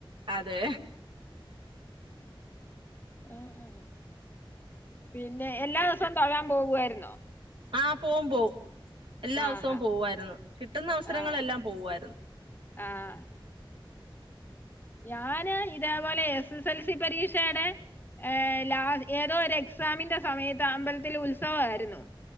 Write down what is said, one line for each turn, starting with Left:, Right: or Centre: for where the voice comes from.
Right: അതെ
Left: ആഹ് ആഹ് പിന്നെ എല്ലാ ദിസോം തൊഴാൻ പോകുവായ്ര്ന്നോ
Right: ആഹ് പോവും പോവും എല്ലാ
Left: ആഹ്
Right: സോം
Left: ആഹ്
Right: പോവാര്ന്നു കിട്ടുന്ന അവസരങ്ങളെല്ലാം
Left: ആഹ്
Right: പോവാര്ന്നു
Left: ആഹ് ഞാന് ഇതേപോലെ എസ് എസ് എൽ സി പരീക്ഷേടെ ഏഹ് ലാ ഏതോ ഒര് എക്സാമിന്റെ സമയത്ത് അമ്പലത്തില് ഉത്സവായിരുന്നു